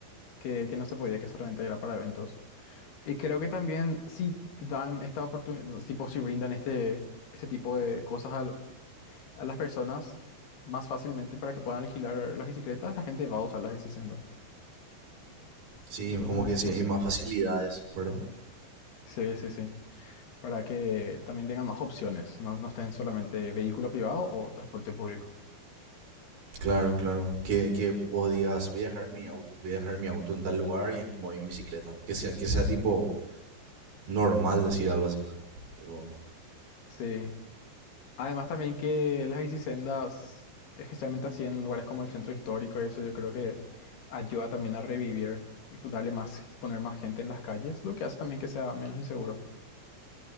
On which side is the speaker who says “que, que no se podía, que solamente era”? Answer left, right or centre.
Left